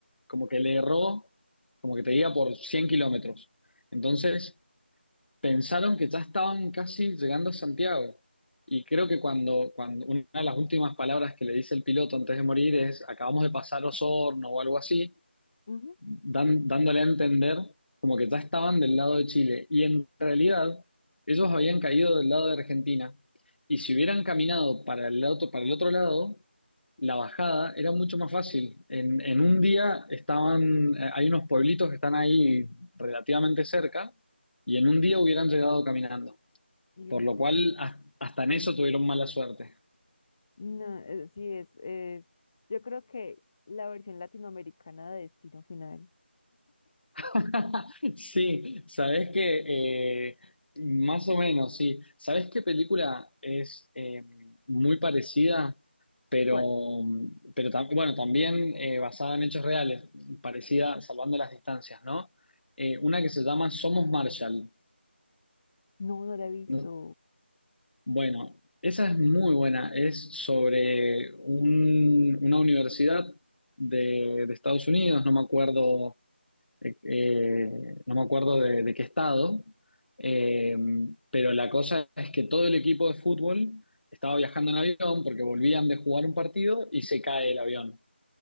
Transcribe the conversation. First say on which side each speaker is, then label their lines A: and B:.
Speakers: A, on the left; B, on the left.
A: como que le erró, como que te diga, por 100 kilómetros. Entonces, pensaron que ya estaban casi llegando a Santiago. Y creo que cuando, cuando una de las últimas palabras que le dice el piloto antes de morir es, acabamos de pasar Osorno o algo así
B: Ujú.
A: dan- dándole a entender como que ya estaban del lado de Chile. Y en realidad, ellos habían caído del lado de Argentina. Y si hubieran caminado para el otro, para el otro lado, la bajada era mucho más fácil. En, en un día estaban, eh, hay unos pueblitos que están ahí relativamente cerca, y en un día hubieran llegado caminando.
B: Dios.
A: Por lo cual, has- hasta en eso tuvieron mala suerte.
B: No, eh, sí es, es. Yo creo que la versión latinoamericana de Destino Final.
A: <laughs> Sí, sabes que eh, más o menos, sí. ¿Sabes qué película es eh, muy parecida, pero,
B: ¿Cuál?
A: pero tam- bueno, también eh, basada en hechos reales, parecida salvando las distancias, ¿no? Eh, una que se llama Somos Marshall.
B: No, no la he visto.
A: No- Bueno, esa es muy buena. Es sobre un- una universidad de, de Estados Unidos, no me acuerdo eh, eh, no me acuerdo de, de qué estado, eh, pero la cosa es que todo el equipo de fútbol estaba viajando en avión porque volvían de jugar un partido y se cae el avión.